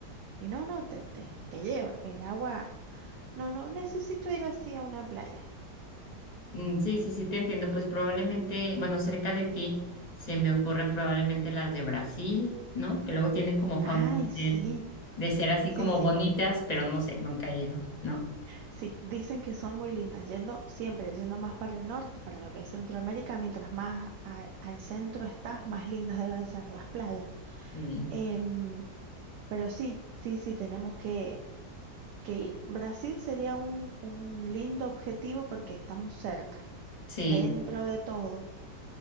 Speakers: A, on the right; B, on the left.
A: y no, no, te, te, te lleva el agua. No, no, necesito ir así a una playa.
B: Mm, sí, sí, sí, te entiendo. Pues probablemente, bueno, cerca de ti se me ocurren probablemente las de Brasil, ¿no? Que luego tienen como fama
A: Ay,
B: de
A: sí,
B: ser, de ser así
A: sí,
B: como
A: sí,
B: bonitas, pero no sé, nunca he ido, ¿no?
A: sí, dicen que son muy lindas, yendo siempre, yendo más para el norte, para lo que es Centroamérica, mientras más a- al centro estás, más lindas deben ser las playas.
B: Sí,
A: Em, pero sí, sí, sí, tenemos que, que ir. Brasil sería un, un lindo objetivo porque estamos cerca,
B: sí.
A: dentro de todo.